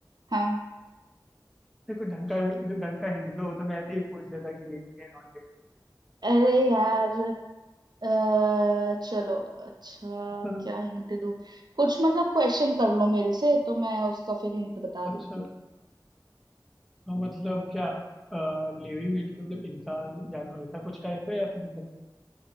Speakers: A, on the right; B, in the centre.
A: हाँ
B: देखो ढंग का ढंग का हिंट दो वो तो मैं ऐसे ही पूछ लेता कि लिविंग है नॉन
A: अरे यार अ, चलो अच्छा
B: लिविंग
A: क्या हिंट दूँ कुछ मतलब क्वेश्चन कर लो मेरे से तो मैं उसका फिर हिंट बता
B: अच्छा
A: देती हूँ
B: हाँ मतलब क्या लिविंग एंड मतलब इंसान जानवर ऐसा कुछ टाइप है या फिर मतलब